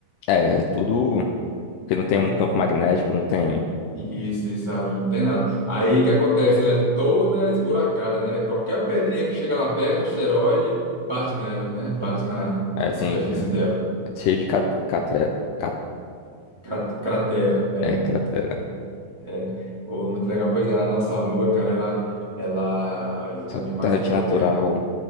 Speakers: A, on the left (about 80°); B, on the right (about 30°).
A: É tudo. Porque não tem
B: É,
A: um campo magnético, não tem.
B: Isso, isso, ah, não tem nada. Aí o que acontece? Ela é toda esburacada, né? Qualquer pedrinha que chega lá perto, asteroide, bate nela, né? Bate na,
A: É,
B: na
A: tem
B: superfície
A: ca-
B: dela.
A: cheio de cat, catre- cat-
B: Crate- Cratera, é,
A: é, cratera.
B: é. Pô, muito legal. Pois é, a nossa Lua, cara, ela, ela ajuda
A: Satélite
B: demais aqui
A: natural.
B: a Terra.